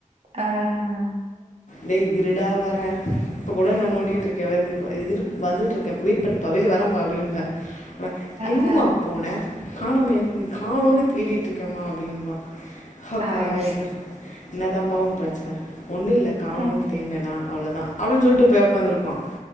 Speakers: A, on the right; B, on the left.
A: ஆஹ்ஹ்
B: டேய் இருடா வரன் இப்ப கூட நான் நோண்டிட்டு இருக்கன் இரு வந்துட்டு இருக்கேன் வெய்ட் பண்ணுப்பா வெளிய வரம்பா அப்டீன்ற எங்கம்மா
A: அஹ், அஹ்,
B: போன காணமே நீ காணோனு தேடிட்டு இருக்கேமா அப்படிம்பான் அப்பா
A: ஐ,
B: என்ன என்னதான் பா உன் பிரச்சனை ஒன்னும் இல்ல கானோன்னு
A: அஹ்,
B: தேடுனனா அவ்ளோதான் அப்டின்னு சொல்லிட்டு போய் உட்காந்துருப்பான்